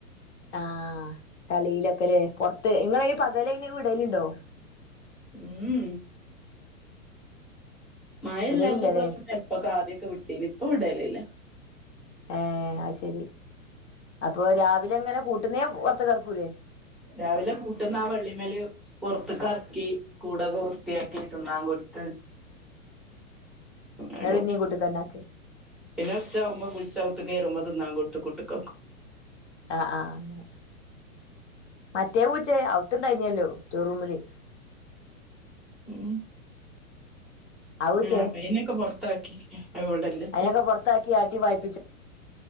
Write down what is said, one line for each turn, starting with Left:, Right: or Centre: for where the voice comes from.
Left: ആഹ് ചളിയിലൊക്കെലേ പൊറത്ത് ഇങ്ങളയ് പകലയ്നേ വിടലുണ്ടോ?
Centre: ഉം മഴല്ലാത്തപ്പളൊക്കെ
Left: വിടലില്ലല്ലേ
Centre: ചെൽ ഉപ്പോക്കെ ആദ്യോക്കെ വിട്ടിനിം ഇപ്പ വിടലില്ല
Left: ഏഹ് അയ് ശെരി അപ്പോ രാവിലെ ഇങ്ങനെ കൂട്ട്ന്നേ പൊറത്ത്ക്കെർക്കൂലേ?
Centre: രാവിലെ കൂട്ട്ന്ന് ആഹ് വള്ളിമ്മല് പൊറത്ത്ക്കെറക്കി കൂടൊക്കെ വൃത്തിയാക്കി തിന്നാൻ കൊടുത്ത് അങ്ങനെ
Left: ന്നിട്ട്
Centre: കാട്ടും
Left: ഇനിം കൂട്ട്ക്കെന്നെ ആക്കെ
Centre: പിന്നെ ഉച്ചാവുമ്പൊ കുളിച്ച് ഔത്ത്ക്കേറുമ്പം തിന്നാൻ കൊടുത്ത് കൂട്ട്ക്കാക്കും
Left: ആഹ് ആഹ് അങ്ങനെ മറ്റേ പൂച്ചേ ഔത്തണ്ടായിനല്ലോ സ്റ്റോറൂമില്
Centre: ഏഹ്
Left: ആ പൂച്ചേ
Centre: ആഹ് അയ്നൊക്കെ പുറത്താക്കി അത് ഇവിടെല്ല
Left: അയ്നൊക്കെ പുറത്താക്കി ആട്ടി പായി